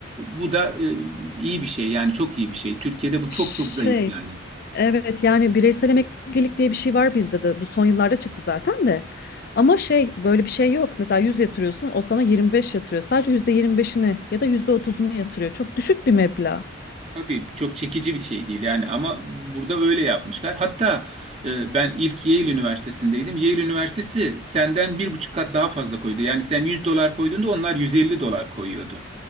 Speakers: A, on the right; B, on the left.
A: bu da e, iyi bir şey yani çok iyi bir şey. Türkiye'de bu
B: Şey,
A: çok çok zayıf yani.
B: evet yani bireysel emeklilik diye bir şey var bizde de. Bu son yıllarda çıktı zaten de. Ama şey böyle bir şey yok. Mesela 100 yatırıyorsun o sana 25 yatırıyor. Sadece yüzde yirmi beşini ya da %30'unu yatırıyor. Çok düşük bir meblağ.
A: Tabii çok çekici bir şey değil yani ama burada öyle yapmışlar. Hatta e, ben ilk Yale Üniversitesi'ndeydim. Yale Üniversitesi senden bir buçuk kat daha fazla koydu. Yani sen 100 dolar koyduğunda onlar 150 dolar koyuyordu.